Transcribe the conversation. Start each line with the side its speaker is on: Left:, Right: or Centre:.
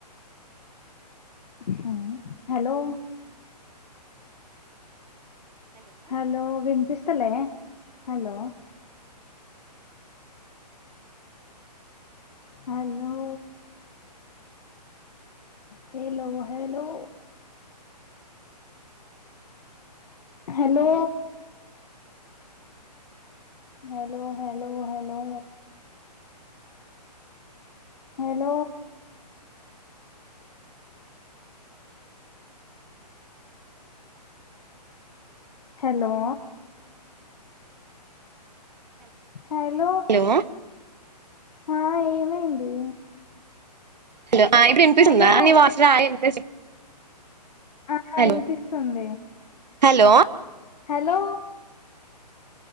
Left: హ హలో హలో విన్పిస్ స్తలే hello hello hello hello hello hello hello hello hello hello hello
Right: hello
Left: ఆ ఏమైంది
Right: హలో ఇప్పుడు వినిపిస్తోంద
Left: హలో!
Right: నీ వాయిస్ <unintelligible>
Left: ఆ
Right: హలో
Left: యినిపిస్తుంది
Right: హలో
Left: హలో